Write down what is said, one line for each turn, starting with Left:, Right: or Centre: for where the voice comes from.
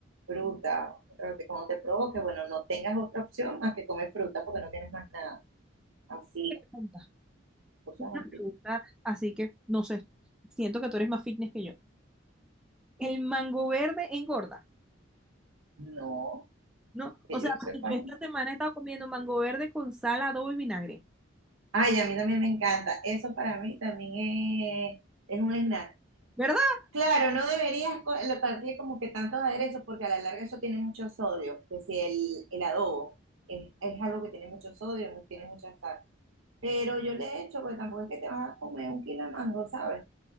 Right: fruta, pero que cuando te provoque, bueno, no tengas otra opción más que comer fruta porque no tienes más nada. Así
Centre: tantas
Right: cosas
Centre: preguntas,
Right: así.
Centre: así que no sé, siento que tú eres más fitness que yo. El mango verde engorda,
Right: No,
Centre: ¿no?
Right: que
Centre: O sea,
Right: yo sepa.
Centre: porque yo
Right: ¿no?
Centre: esta semana he estado comiendo mango verde con sal, adobo y vinagre,
Right: Ay, a mí también me encanta. Eso para mí también es, es un snack.
Centre: ¿verdad?
Right: Claro, no deberías co- lo- darle como que tantos aderezos porque a la larga eso tiene mucho sodio, que si el, el adobo es, es algo que tiene mucho sodio, mu- tiene mucha sal. Pero yo le he hecho, porque tampoco es que te vas a comer un kilo de mango, ¿sabes?